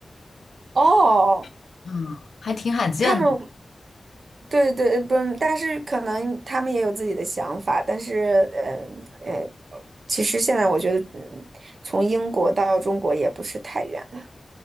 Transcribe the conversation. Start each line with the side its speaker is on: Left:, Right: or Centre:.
Right: 哦，
Left: <laughs> 嗯，还挺罕见的。
Right: 他们对对不，但是可能他们也有自己的想法，但是呃呃，其实现在我觉得，嗯，从英国到中国也不是太远了。